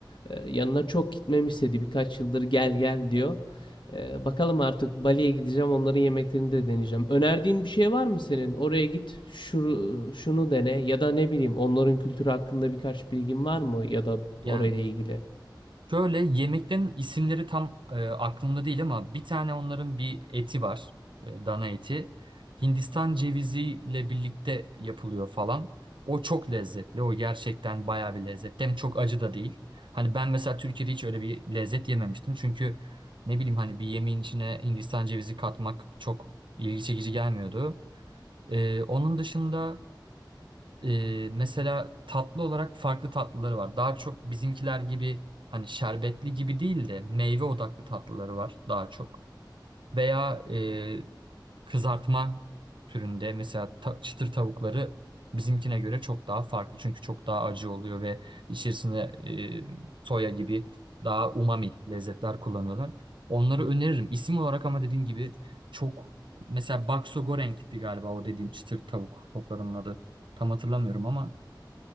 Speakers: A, on the left (about 80°); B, on the right (about 85°).
A: E, yanına çok gitmemi istedi. Birkaç yıldır gel gel diyor. E, bakalım artık Bali'ye gideceğim. Onların yemeklerini de deneyeceğim. Önerdiğin bir şey var mı senin? Oraya git, şunu, şunu dene ya da ne bileyim onların kültürü hakkında birkaç bilgin var mı ya da
B: Yani
A: orayla ilgili?
B: Şöyle yemeklerin isimleri tam e, aklımda değil ama bir tane onların bir eti var. e, dana eti. Hindistan ceviziyle birlikte yapılıyor falan. O çok lezzetli. O gerçekten bayağı bir lezzetli. Hem çok acı da değil. Hani ben mesela Türkiye'de hiç öyle bir lezzet yememiştim. Çünkü ne bileyim hani bir yemeğin içine Hindistan cevizi katmak çok ilgi çekici gelmiyordu. E, onun dışında ee, mesela tatlı olarak farklı tatlıları var. Daha çok bizimkiler gibi hani şerbetli gibi değil de meyve odaklı tatlıları var daha çok. Veya e, kızartma türünde mesela ta- çıtır tavukları bizimkine göre çok daha farklı. Çünkü çok daha acı oluyor ve içerisinde e, soya gibi daha umami lezzetler kullanıyorlar. Onları öneririm. İsim olarak ama dediğim gibi çok mesela bakso goreng'ti galiba o dediğim çıtır tavuk toplarının adı. Tam hatırlamıyorum ama